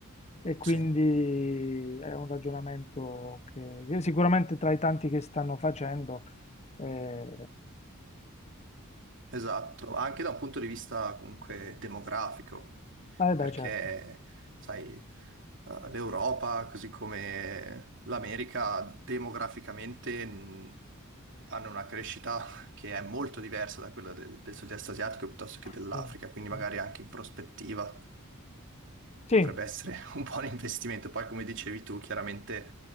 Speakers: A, on the left; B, on the right.
A: e quindi
B: Sì.
A: è un ragionamento che, che sicuramente tra i tanti che stanno facendo, eh,
B: Esatto, anche da un punto di vista comunque demografico,
A: eh
B: perché,
A: beh, certo.
B: sai, eh, l'Europa, così come l'America, demograficamente mh, hanno una crescita che è molto diversa da quella del, del sud-est asiatico piuttosto che dell'Africa,
A: Sì,
B: quindi
A: sì.
B: magari anche in prospettiva potrebbe
A: Sì,
B: essere <laughs> un buon investimento. Poi, come dicevi tu, chiaramente